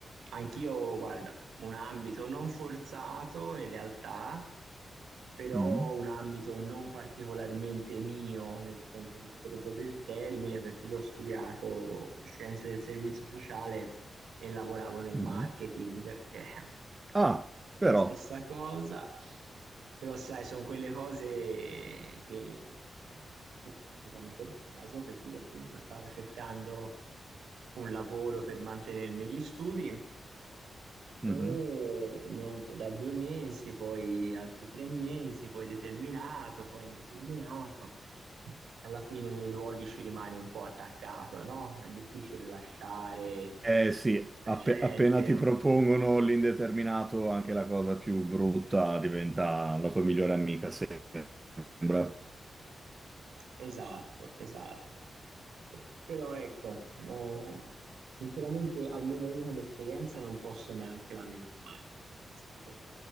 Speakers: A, on the right; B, on the right.
A: Anch'io, guarda, un ambito non forzato in realtà, però
B: Mhm,
A: un ambito non particolarmente mio, nel senso più stretto del termine, perché io ho studiato scienze del servizio sociale e lavoravo nel
B: mhm.
A: marketing, che <laughs> è
B: Ah,
A: non proprio
B: però.
A: la stessa cosa, però sai, sono quelle cose che, che capitano per caso, perché io appunto stavo cercando un lavoro per mantenermi gli studi.
B: Mhm.
A: E niente, da due mesi, poi altri tre mesi, poi determinato, poi indeterminato. Alla fine nei luoghi ci rimani un po' attaccato, no? È difficile lasciare
B: Eh sì,
A: la
B: appe-
A: gente.
B: appena ti propongono l'indeterminato, anche la cosa più brutta diventa la tua migliore amica, sembra.
A: Esatto, esatto. Però ecco, no, sinceramente almeno io come esperienza non posso neanche lamentarmi perché è stato